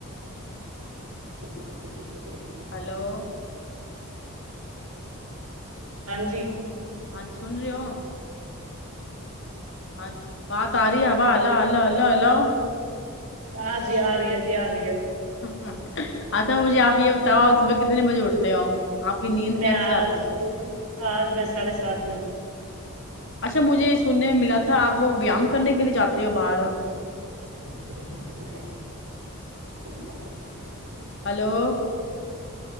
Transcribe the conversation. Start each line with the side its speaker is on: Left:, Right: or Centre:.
Right: ج
Left: ہلو
Right: ہاں جی
Left: ہاں ج سن رہی ہو ہاں باہ ت آ رہ با اللہ اللو اللو ہیلو
Right: ہاں جی ہ رہ ہے جی آ رہی ہے
Left: اچھا مجھے آپ یہ بتاؤ آپ صبح کتنے بجے اٹتے ہو آپ کی نیند
Right: میں
Left: کیسی
Right: آج
Left: آتی ہے آپ کو
Right: آج میں ساڑھے سات بجے
Left: اچھا مجھے سننے میں ملا تھا آپ وہ ویام کرنے کے لیے جاتے ہو باہر
Right: <inaudible>
Left: ہلو